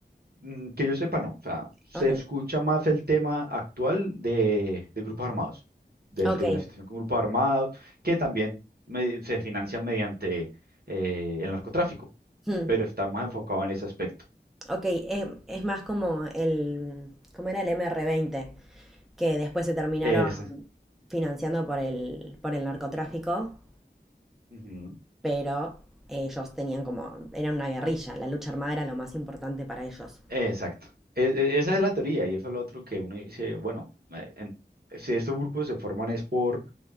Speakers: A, on the right; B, in the centre.
A: Mm, Que yo sepa, no. O sea, se
B: Ok,
A: escucha más el tema actual de, de grupos armados, del,
B: ok.
A: de la situación con grupos armados, que también me- se financia mediante eh, el narcotráfico,
B: hmm,
A: pero está más enfocado en ese aspecto.
B: Ok, es, es más como el, ¿cómo era el M R veinte Que después se terminaron
A: Ese.
B: financiando por el, por el narcotráfico,
A: Ujú,
B: pero ellos tenían como, eran una guerrilla, la lucha armada era lo más importante para ellos.
A: Exacto. E- e- esa es la teoría y eso es lo otro que uno dice, bueno, eh, en- si estos grupos se forman es por,